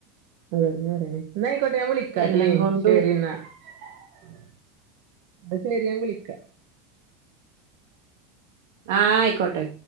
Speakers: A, on the right; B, on the right.
A: കഴിഞ്ഞു പറയാ എന്നായിയിക്കോട്ടെ ഞാൻ വിളിക്കാട്ടോ
B: എല്ലാം
A: ലിം
B: കൊണ്ടും
A: ശരി എന്നാ. <inaudible> അന്ന ശരി ഞാൻ വിളിക്കാം
B: ആ... ആയിക്കോട്ടെ